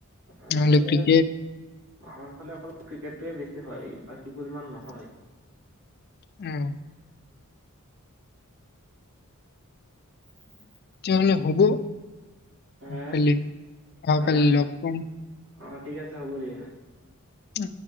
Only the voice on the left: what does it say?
নহলে
ক্ৰিকেট
উম
তেওঁ হবো
কালি অহাকালি
লগ পাম
উম